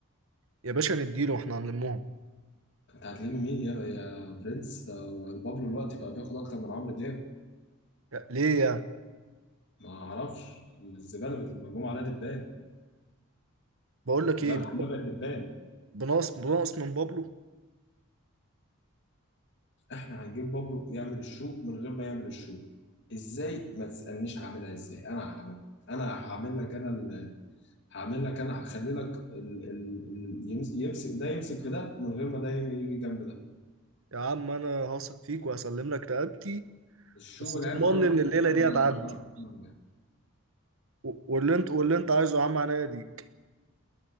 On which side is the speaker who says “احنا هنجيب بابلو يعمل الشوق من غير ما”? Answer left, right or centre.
Left